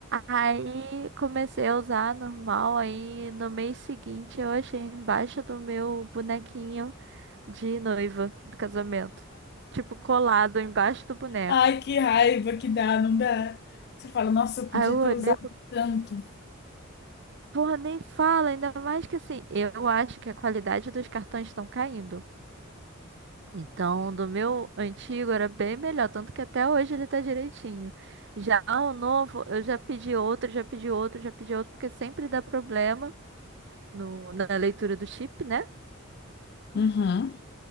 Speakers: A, on the right; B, on the left.
A: Aí comecei a usar normal, aí no mês seguinte eu achei embaixo do meu bonequinho de noiva do casamento. Tipo, colado embaixo do boneco.
B: Ai, que raiva que dá, não dá. Você fala, nossa, eu podia
A: Aí eu olhei
B: ter usado
A: e falei,
B: tanto.
A: porra, nem fala, ainda mais que assim, eu acho que a qualidade dos cartões estão caindo. Então, do meu antigo era bem melhor, tanto que até hoje ele tá direitinho. Já o novo, eu já pedi outro, já pedi outro, já pedi outro, porque sempre dá problema no, na leitura do chip, né?
B: Uhum.